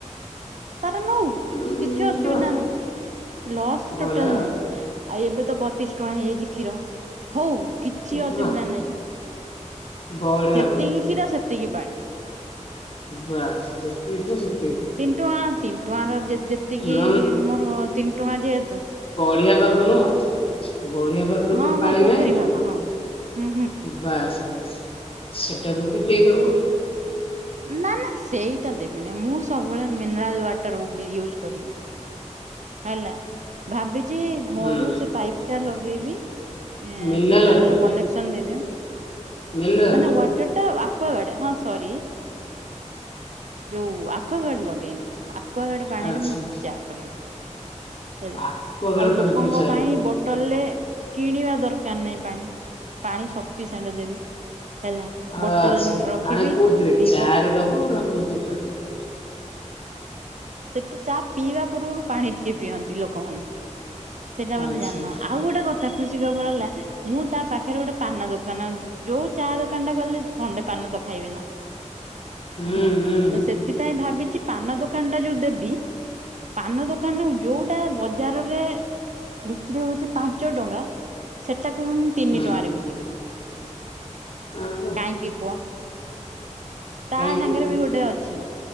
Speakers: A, on the right (about 70°); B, on the left (about 45°).
A: କିଛି
B: ଉଁ
A: ଅସୁବିଧା
B: ବାଃ
A: ନ ଲସ୍
B: ବଢିଆ
A: ଟୋଟାଲ ନାହିଁ
B: ଆଉ।
A: ଆଉ ଏବେ ତ ବତିଶ ଟଙ୍କା ହେଇଯାଇଛି କ୍ଷୀର ହଉ କିଛି
B: ବାଃ
A: ଅସୁବିଧା ନାହିଁ
B: ବଢିଆ
A: ଯେତିକି
B: ବଢିଆ
A: କ୍ଷୀର ସେତିକି ପାଣି।
B: ବାସ୍ ଜତି ସେ
A: ତିନି ଟଙ୍କା ତିନି ଟଙ୍କ ର ଯେତିକି
B: ନ
A: ମୋର ତିନି ଟଙ୍କା ଯେହେତୁ
B: ଗରିଆ ଗଛ ନୁହ ଗରିଆ ଗଛର
A: ହଁ
B: ଯୋଉଁ
A: ହଁ
B: ପାଣି
A: ପୋଖରୀ
B: ନାହିଁ ନା
A: ପାଖ ହଁ ହୁଁ ହୁଁ
B: ବସ୍ ବସ୍ ସେଟାକୁ ବିି ଦେଇ ଦବ
A: ନା ନା ସେଇଟା ଦେବିିନି ମୁଁ ସବୁବେଳେ ମିନେରାଲ ୱାଟର ୟୁଜ୍ କରିବି ହେଲା ଭାବିଛି ଯ ଘରୁ
B: ହୁଁ
A: ସେ ପାଇପ୍ ଟା ଲଗେଇବି ଏ
B: ମିନେରାଲ
A: ସେଟା
B: ୱାଟର
A: କନେକ୍ସନ ଦେଇଦେବି
B: ମିନେରାଲ
A: ମାନେ ୱାଟର ଟା ଆକ୍ ଗାର୍ଡ ହଁ ସରି ଯୋଉ ଆକ୍ଆ ଗାର୍ଡ ଲଗେଇବି ଆକ୍ଵାଗାର୍ଡ ପାଣିି
B: ଆଚ୍ଛା
A: ରେ ମୁଁ ଚାହା କରିବି। ହେଲା
B: ଆକ୍ୱାଗାର୍ଡ
A: ଆଉ ଲୋକଙ୍କ
B: ପାଣି ତମେ ଚା
A: ପାଇଁ
B: କରିବ
A: ବୋଟଲ ରେ କିଣିବା ଦରକାର ନାହିଁ ପାଣି। ପାଣି ସପିସେଣ୍ଟ ଦେବି। ହେଲା ବୋଟଲ
B: ଆଁ
A: ରଖିବି
B: ପାଣି କୋଉଥିରେ
A: ପିଇବ
B: ଚା ରେ ଦେବୁ ନାଁ କୋଉଥିରେ ହ
A: ସେଟା ଚା ପିଇବା ପୂର୍ବରୁ ପାଣି ଟିକେ ପିଅନ୍ତି ଲୋକମାନେ। ସେଇଟା ବୋଧେ
B: ଆଚ୍ଛା
A: ଜାଣିନ
B: ଆଚ୍ଛା
A: ଆଉ ଗୋଟେ କଥା ଖୁସି ଖବର ହେଲା ମୁଁ ତା ପାଖରେ ଗୋଟେ ପାନ ଦୋକ ଦୋକାନ ଯୋଉଁ ଚା ଦୋକାନ ଟା ଗଲେ ଖଣ୍ଡେ ପାନ ତ ଖାଇବେ ନା
B: ହୁଁ
A: ହେଲା
B: ହୁଁ
A: ତ ସେଥିପାଇଁ ଭାବିଛି ପାନ ଦୋକାନ ଟା ଯୋଉ ଦେବି ପାନ ଦୋକାନରେ ଯୋଉଟା ବଜାରରେ ବିକ୍ରି ହଉଛି ପାଞ୍ଚ ଟଙ୍କା ସେଟାକୁ ମୁ ମୁଁ ତିନି
B: ହୁଁ
A: ଟଙ୍କାରେ ବିକିବି।
B: ଆଉ କଣ
A: କାହିଁକି କୁହ? ତା
B: କାହିଁକି
A: ସାଙ୍ଗରେ ବି ଗୋଟେ ଅଛି